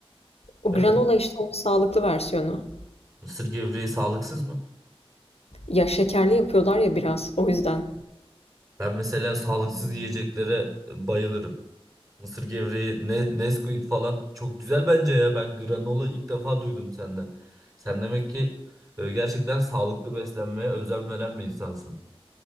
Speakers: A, on the left; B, on the right.
A: O
B: Evet.
A: granola işte onun sağlıklı versiyonu.
B: Mısır gevreği sağlıksız mı?
A: Ya şekerli yapıyorlar ya biraz o yüzden.
B: Ben mesela sağlıksız yiyeceklere bayılırım. Mısır gevreği, ne, Nesquik falan çok güzel bence ya. Ben granola ilk defa duydum senden. Sen demek ki e, gerçekten sağlıklı beslenmeye özen veren bir insansın.